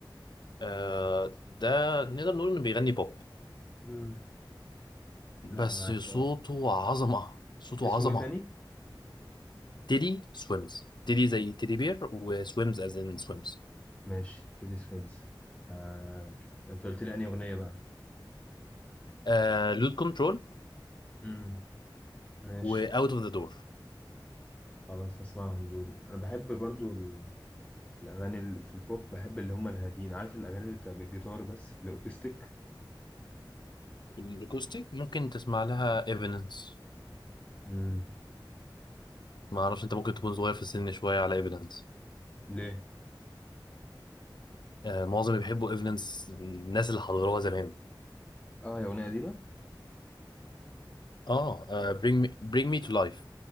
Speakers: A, on the left; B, on the left.
A: آه ده نقدر نقول انه بيغني بوب
B: امم لا
A: بس
B: هسمع
A: صوته عظمة صوته
B: اسمه
A: عظمة
B: ايه تاني
A: تيدي سويمز تيدي زي تيدي بير وسويمز از ان سويمز
B: ماشي تيدي سويمز آه... انت قلت لي انهي اغنيه بقى
A: آه لود كنترول
B: امم ماشي
A: واوت اوف ذا دور
B: خلاص هسمعهم دول انا بحب برضو ال- الاغاني اللي في البوب بحب اللي هم الهاديين عارف الاغاني اللي بتبقى بالجيتار بس الاوكستيك
A: الاكوستيك ممكن تسمع لها ايفيدنس
B: امم
A: ما اعرفش انت ممكن تكون صغير في السن شوية على ايفيدنس
B: ليه؟
A: آه معظم اللي بيحبوا ايفيدنس الناس اللي حضروها زمان
B: اه هي أغنية قديمة؟
A: اه آه، bring me, bring me to life